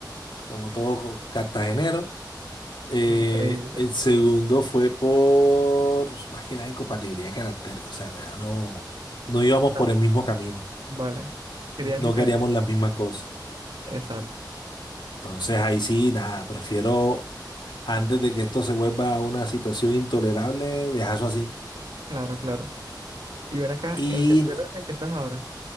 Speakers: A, on the left (about 80°); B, on the right (about 85°).
A: como todo co- cartagenero. Eh,
B: Increíble.
A: el segundo fue por, más que nada, incompatibilidad de carácter, o sea, ya no, no íbamos
B: Ah,
A: por el mismo camino,
B: Vale. Querían
A: no
B: diferentes.
A: queríamos las mismas cosas.
B: Exacto.
A: Entonces ahí sí, nada, prefiero antes de que esto se vuelva una situación intolerable, dejarlo así.
B: Claro, claro. Y ven acá,
A: Y
B: el tercero es el que estás ahora.